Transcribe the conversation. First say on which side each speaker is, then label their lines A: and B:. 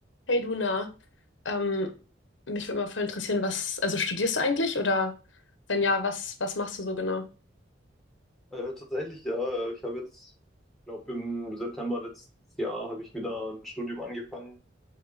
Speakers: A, on the left; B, in the centre.
A: Hey Luna, ähm, mich würde mal voll interessieren, was, also studierst du eigentlich oder wenn ja, was, was machst du so genau?
B: Äh, tatsächlich, ja. Ich habe jetzt, glaube im September letztes Jahr habe ich wieder ein Studium angefangen